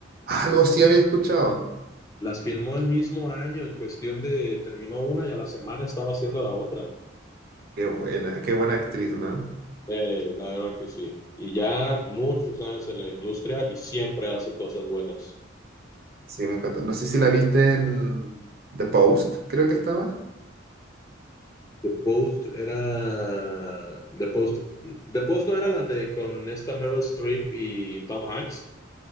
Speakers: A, on the right (about 50°); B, on the left (about 15°).
A: algo sí había escuchado.
B: Las filmó el mismo año, en cuestión de terminó una y a la semana estaba haciendo la otra.
A: Qué buena, qué buena actriz, ¿no?
B: Eh, la verdad que sí. Y ya muchos años en la industria y siempre hace cosas buenas.
A: Sí, me encantó. No sé si la viste en The Post, creo que estaba.
B: The Post era. The Post. The Post no era la de con esta Meryl Streep y Tom Hanks.